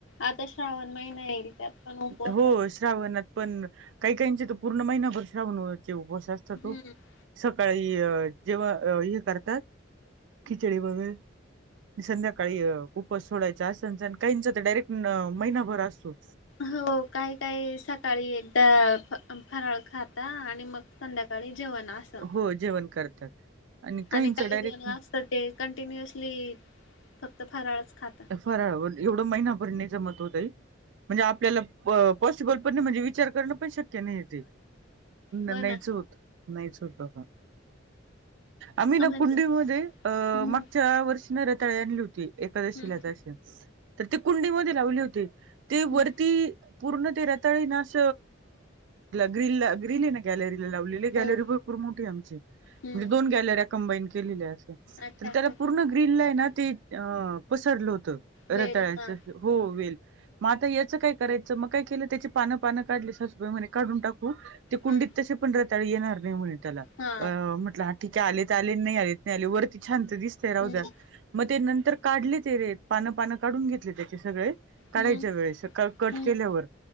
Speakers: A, on the left; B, on the right.
A: आता श्रावण महिना येईल त्यात पण उपवास
B: हो श्रावणात पण काही काहीचे तर पूर्ण महिनाभर श्रावणचे उपवास असतात ओ.
A: हम्म
B: सकाळी जेव्हा हे करतात. खिचडी वगैर संध्याकाळी उप उपवास सोडायचं असनचन काहीचा तर डायरेक्ट महिनाभर असतो.
A: हो काही काही सकाळी एकदा फराळ खात <unintelligible> आणि मग संध्याकाळी जेवण असं.
B: हो जेवण करतात. काहींच
A: आणि काही
B: डायरेक्ट
A: जण असत ते कंटिन्युअसली फक्त फराळच खातात.
B: फराळ एवढं महिनाभर नाही जमत हो ताई म्हणजे आपल्याला पॉसिबल पण नाही म्हणजे विचार करणं पण शक्य नाही तेे,
A: हो
B: नाहीच
A: ना
B: होत. नाहीच होत का? आम्ही ना
A: म्हणजे
B: कुंडी मध्ये अ
A: हम्म
B: मागच्या वर्षी न रताळी आणली होती ए
A: हम्म
B: <unintelligible> तर ते कुंडी मध्ये लावले होते, ते वरती
A: हम्म
B: पूर्ण ते रताळी ना अस ग्रीनला ग्रीन आहे ना गॅलरी ला लावलेली
A: हो
B: गॅलरी <unintelligible> मोठी आमची म्हणजे
A: हम्म
B: दोन गॅलरी कंबाईन केलेल्या असं. तर
A: अच्छा
B: त्याला
A: ह
B: पूर्ण ग्रीनला ना ते अ पसरलं होतं
A: वेल
B: रताळ्याचं.
A: हा
B: हो वेल. मग आता याचं काय करायचं मग काय केलं त्याची पानं- पानं काढली सासुबाई म्हणे काढून टाकू. ते कुंडीत
A: ह
B: तसे पण रताळी येणार नाही म्हणे त्याला
A: हा
B: अ म्हंटलं आ ठीक आलेत आले नाही आलेत नाही आले वरती छान त दिसतंय राहु
A: हम्म
B: द्या मग ते नंतर काढले ते रे पानं पानं काढून घेतले त्याचे सगळे काढायच्या
A: हम्म
B: वेळेस कट
A: हम्म
B: केल्यावर.